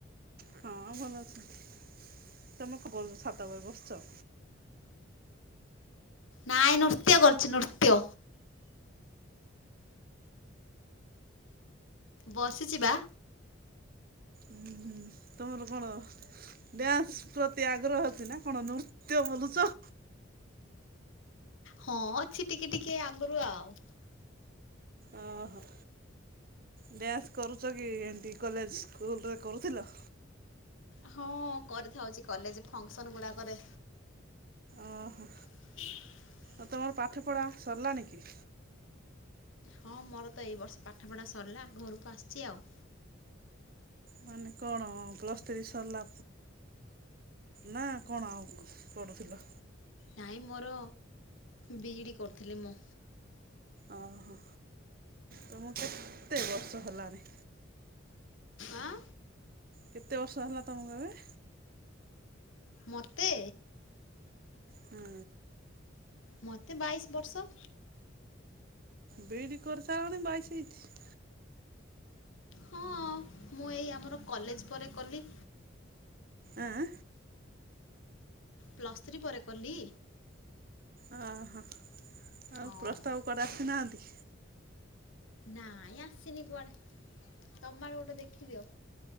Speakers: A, on the right (about 45°); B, on the left (about 85°).
A: ହଁ ଭଲ ଅଛନ୍ତି। ତମେ କଣ କରୁଚ? ଛାତ ଉପରେ ବସିଚ।
B: ନାଇ ନୃତ୍ୟ କରୁଛି ନୃତ୍ୟ। ବସିଚି ବା।
A: ଉଁ ହୁଁ। ତୁମର କଣ ଡ୍ୟାନ୍ସ ପ୍ରତି ଆଗ୍ରହ ଅଛି ନା କଣ ନୃତ୍ୟ ବୋଲୁଛ?
B: ହଁ ଅଛି ଟିକେ ଟିକେ ଆଗରୁ ଆଉ।
A: ଓହୋ। ଡ୍ୟାନ୍ସ କରୁଛ କି ଏନ୍ତି କଲେଜ ସ୍କୁଲରେ କରୁଥିଲ।
B: ହଁ କରିଥାଉଛି କଲେଜେ ଫଙ୍କସନ୍ ଗୁଡାକରେ।
A: ଓହୋ।
B: <inaudible>
A: ଆଉ ତମର ପାଠପଢ଼ା ସରିଲାଣି କି?
B: ହଁ ମୋର ତ ଏଇ ବର୍ଷ ପାଠପଢ଼ା ସରିଲା। ଘରକୁ ଆସିଚି ଆଉ।
A: ମାନେ କଣ ପ୍ଲସ୍ ଥ୍ରୀ ସରିଲା? ନା କଣ ଆଉ ପଢୁଥିଲ?
B: ନାହିଁ ମୋର ବି ଇ ଡ଼ି କରିୁଥିଲି ମୁଁ।
A: ଓହୋ। ତମକୁ କେତେ ବର୍ଷ ହେଲାଣି?
B: ଆଁ।
A: କେତେ ବର୍ଷ ହେଲା ତମକୁ ଏବେ?
B: ମତେ
A: ହୁଁ।
B: ମତେ ବାଇଶି ବର୍ଷ।
A: ବି ଇ ଡି କରିସାରିଲଣି ବାଇଶ ହେଇଛି।
B: ହଁ, ମୁଁ ଏଇ ଆମର କଲେଜ ପରେ କଲି।
A: ଆଁ।
B: ପ୍ଲସ୍ ଥ୍ରୀ ପରେ କଲି।
A: ଓହୋ। ଆଉ
B: ହଁ
A: ପ୍ରସ୍ତାବ କୁଆଡେ ଆସିନାହାନ୍ତି?
B: ନାଇଁ ଆସିନି କୁଆଡେ? ତମ ଆଡେ ଗୋଟେ ଦେଖିଦିଅ।